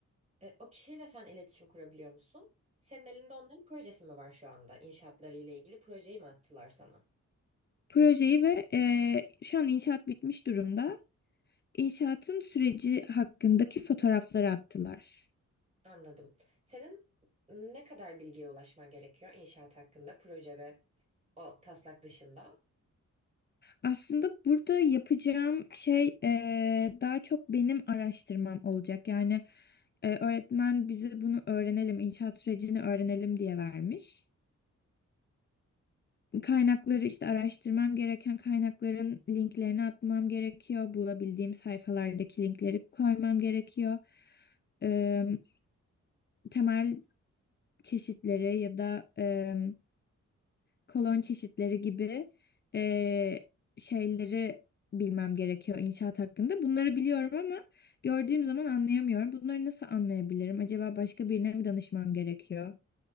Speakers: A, on the right; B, on the left.
A: E, o kişiyle sen iletişim kurabiliyor musun? Senin elinde onların projesi mi var şu anda? İnşaatları ile ilgili projeyi mi attılar sana?
B: Projeyi ve eee, şu an inşaat bitmiş durumda. İnşaatın süreci hakkındaki fotoğrafları attılar.
A: Anladım. Senin ne kadar bilgiye ulaşman gerekiyor inşaat hakkında, proje ve o taslak dışında?
B: Aslında burada yapacağım şey eee, daha çok benim araştırmam olacak. Yani eee, öğretmen bize bunu öğrenelim, inşaat sürecini öğrenelim diye vermiş. Kaynakları işte araştırmam gereken kaynakların linklerini atmam gerekiyor. Bulabildiğim sayfalardaki linkleri koymam gerekiyor. Eee, temel çeşitleri ya da eee, kolon çeşitleri gibi eee, şeyleri bilmem gerekiyor inşaat hakkında. Bunları biliyorum ama gördüğüm zaman anlayamıyorum. Bunları nasıl anlayabilirim? Acaba başka birine mi danışmam gerekiyor?